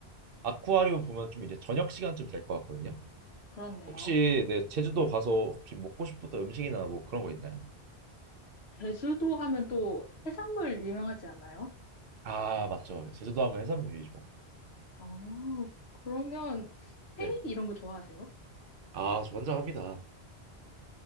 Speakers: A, on the right; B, on the left.
A: 아쿠아리움 보면 좀 이제 저녁 시간쯤 될 것 같거든요.
B: 그렇네요.
A: 혹시 네, 제주도 가서 혹시 먹고 싶었던 음식이나 뭐 그런 거 있나요?
B: 제주도 하면 또 해산물 유명하지 않나요?
A: 아, 맞죠. 제주도 하면 해산물이죠.
B: 어, 그러면
A: 네.
B: 회이 이런 거 좋아하세요?
A: 아, 저 환장합니다.